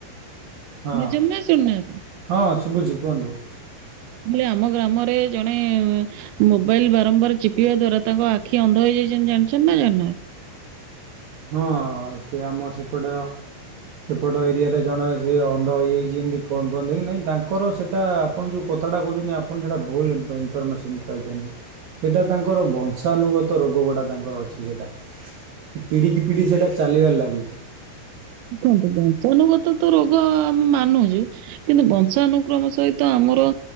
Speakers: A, on the right (about 60°); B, on the right (about 85°).
A: ହଁ
B: ନିଯୁମ୍ ନା ଶୁଣୁ ନାହାନ୍ତି।
A: ହଁ ଶୁଭୁଚି କୁହନ୍ତୁ।
B: ହିଲି ଆମ ଗ୍ରାମରେ ଜଣେ ମୋବାଇଲ ବାରମ୍ବାର ଚିପିବା ଦ୍ଵାରା ତାଙ୍କ ଆଖି ଅନ୍ଧ ହେଇଯାଇଚନ୍ତି ଜାଣିଛନ୍ତି ନା ଜାଣିନାହାନ୍ତି?
A: ହଁ ସେ ଆମ ସେପଟ ସେପଟ ଏରିଆରେ ଜଣେ ସେ ଅନ୍ଧ ହେଇଯାଇଛି ଏମିତି ଫୋନ୍ ଫୋନ୍ ଦେଖଗକି ନାଇଁ ତାଙ୍କର ସେଇଟା ଆପଣ ଯଉ କଥାଟା କହୁଚନ୍ତି ଆପଣ ସେଟା ଭୁଲ୍ ଇନଫର୍ମେସନ୍ ପାଇଚନ୍ତି। ସେଟା ତାଙ୍କର ବଂଶାନୁଗତ ରୋଗ ଗୁଡ଼ା ତାଙ୍କର ଅଛି ସେଟା। ପିଢିକି ପିଢ଼ି ସେଟା ଚାଲିବାରେ ଲାଗିଚି।
B: ଶୁଣନ୍ତୁ ବଂଶାନୁଗତ ତ ରୋଗ ଆମେ ମାନୁଚୁ କିନ୍ତୁ ବଂଶ ବଂଶାନୁକ୍ରମ ସହିତ ଆମର